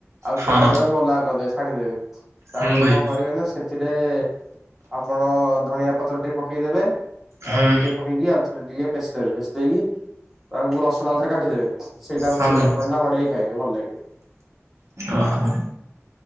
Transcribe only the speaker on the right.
ହଁ
ହୁଁ ଭାଇ
ହୁଁ
ହଁ
ଭାଇ
ଓହୋଃ।